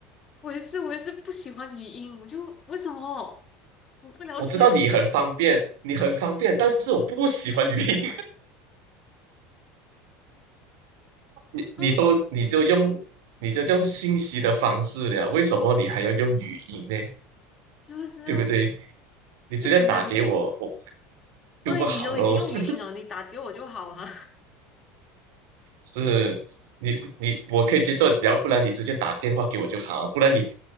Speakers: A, on the left (about 25°); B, on the right (about 65°).
A: 我也是，我也是不喜欢语音，我就为什么我不了解？
B: 我知道你很方便，你很方便，但是我不喜欢语音。你你都你都用你就用信息的方式了，
A: 嗯，
B: 为什么你还要用语音呢？
A: 是不是
B: 对不对？你直接打给我，
A: 就可能
B: 我
A: 对你都已经用语音了，
B: 就不好咯。<laughs>
A: 你打给我就好啊？
B: 是，你你我可以接受，要不然你直接打电话给我就好，不然你